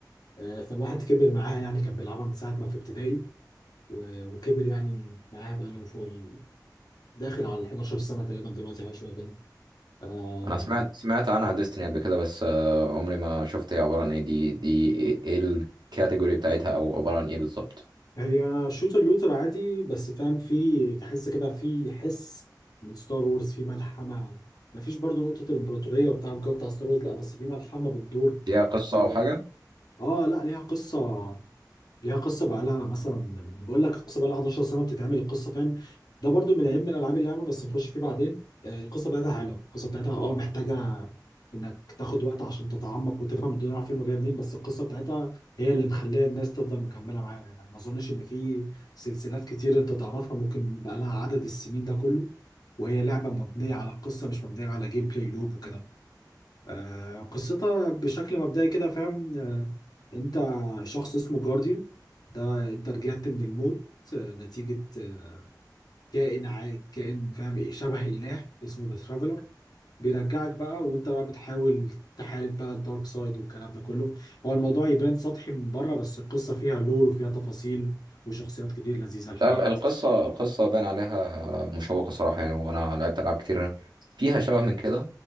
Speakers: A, on the left; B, on the right.
A: آه، فالواحد كبر معاها يعني كان بيلعبها من ساعة ما في ابتدائي و- وكبر يعني معاها بقى له فوق ال- داخل على ال 11 سنة تقريبا دلوقتي حاجة شوية كده آه،
B: انا سمعت سمعت عنها ديستني قبل كده بس آه، عمري ما شفت هي عبارة عن ايه دي دي ايه إيه الكاتيجوري بتاعتها او عبارة عن ايه بالظبط
A: هي شوتر لوتر عادي بس فاهم في تحس كده في حس من ستار وورز في ملحمة مفيش برضو نقطة الإمبراطورية وبتاع الجو بتاع ستار وورز لا بس في ملحمة بتدور
B: ليها قصة
A: و
B: او حاجة
A: اه لا ليها قصة ليها قصه بقى لها مثلا بقول لك القصه بقى لها 11 سنه بتتعمل القصه فاهم ده برضو من عيب من العاب اللعبه بس نخش فيه بعدين آه، القصه بتاعتها حلوه القصه بتاعتها اه محتاجه انك تاخد وقت عشان تتعمق وتفهم الدنيا رايحه فين وجايه منين بس القصه بتاعتها هي اللي مخليه الناس تفضل مكمله معاها يعني ما اظنش ان في سلسلات كتير انت تعرفها ممكن بقى لها عدد السنين ده كله وهي لعبه مبنيه على القصه مش مبنيه على جيم بلاي لوب وكده آه، قصتها بشكل مبدئي كده فاهم انت شخص اسمه جارديان ده انت رجعت من الموت آه، نتيجة آه، كائن عا- كائن فاهم ايه شبه اله اسمه ذا ترافلر بيرجعك بقى وانت بقى بتحاول تحارب بقى الدارك سايد والكلام ده كله هو الموضوع يبان سطحي من بره بس القصة فيها لور وفيها تفاصيل وشخصيات كتير لذيذة الحقيقة
B: لا، ال- القصة القصة باين عليها مشوقة صراحة يعني وانا لعبت العاب كتير فيها شبه من كده